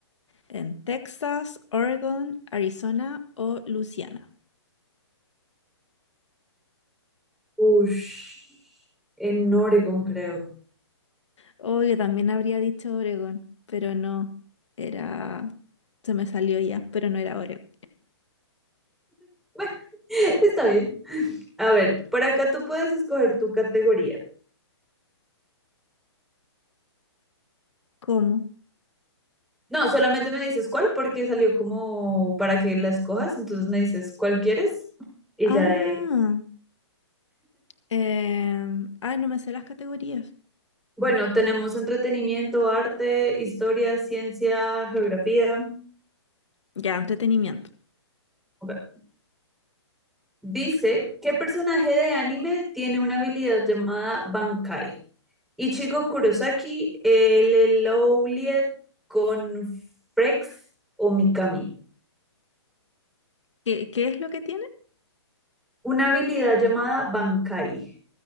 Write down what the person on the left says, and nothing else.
¿En Texas, Oregon, Arizona o Luisiana?
Oh, yo también habría dicho Oregón, pero no, era... Se me salió ya, pero no era Oregón.
¿Cómo?
Ah,
em, ay, no me sé las categorías.
Ya, entretenimiento.
¿Qué, qué es lo que tiene?